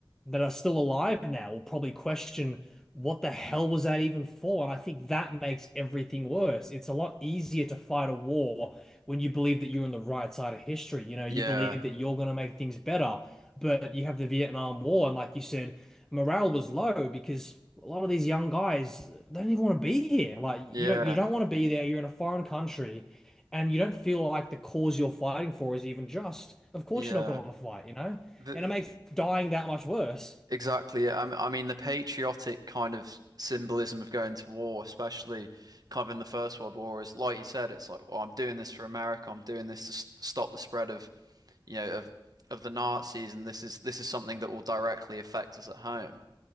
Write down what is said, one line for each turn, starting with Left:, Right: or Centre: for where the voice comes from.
Centre: that are still alive now will probably question what the hell was that even for? And I think that makes everything worse. It's a lot easier to fight a war when you believe that you're on the right side of history. You know, you
Right: yeah,
Centre: believe that you're going to make things better, but you have the Vietnam War, and like you said, morale was low because. A lot of these young guys, they don't even want to be here. Like
Right: yeah,
Centre: you don't, you don't want to be there. You're in a foreign country and you don't feel like the cause you're fighting for is even just, of course
Right: yeah.
Centre: you're not going to want to fight, you know?
Right: The,
Centre: And it makes dying that much worse.
Right: exactly. it. I, m- I mean, the patriotic kind of symbolism of going to war, especially kind of in the First World War, is like you said, it's like, well, I'm doing this for America. I'm doing this to s stop the spread of, you know, of of the Nazis, and this is this is something that will directly affect us at home.